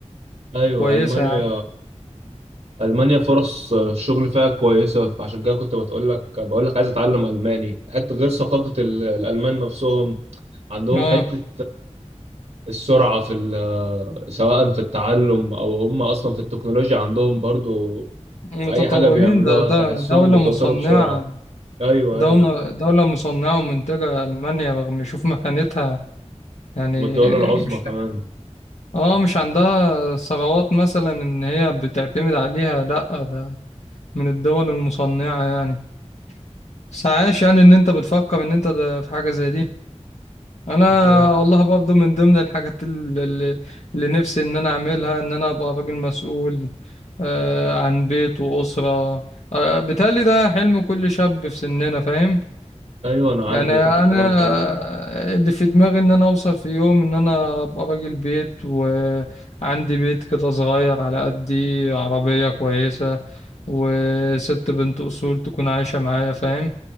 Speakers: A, on the right; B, on the left.
A: ايوه
B: كويسة
A: المانيا
B: يعني
A: المانيا فرص الشغل فيها كويسه فعشان كده كنت بتقول لك بقول لك عايز اتعلم الماني حتى غير ثقافه ال- الالمان نفسهم عندهم
B: اه
A: حته السرعه في ال- سواء في التعلم او هم اصلا في التكنولوجيا عندهم برضو
B: متطورين
A: في اي حاجه بيعملوها
B: ده ده
A: تحسهم
B: دولة
A: بيتوتروا
B: مصنعة
A: بسرعه ايوه
B: دولة
A: ايوه
B: دولة مصنعة ومنتجة ألمانيا رغم شوف مكانتها يعني
A: والدول العظمى
B: مش
A: كمان
B: اه مش عندها ثروات مثلا إن هي بتعتمد عليها لأ ده من الدول المصنعة يعني بس عايش يعني إن أنت بتفكر إن أنت ده في حاجة زي دي أنا
A: كنت
B: والله برضو من ضمن الحاجات اللي, اللي نفسي إن أنا أعملها إن أنا أبقى راجل مسؤول آه عن بيت وأسرة آه بيتهيألي ده حلم كل شاب في سننا فاهم
A: ايوه انا
B: يعني
A: عارف اللي
B: انا
A: انت بتتكلم فيه
B: اللي في دماغي ان انا اوصل في يوم ان انا ابقى راجل بيت وعندي بيت كده صغير على قدي عربية كويسة وست بنت اصول تكون عايشة معايا فاهم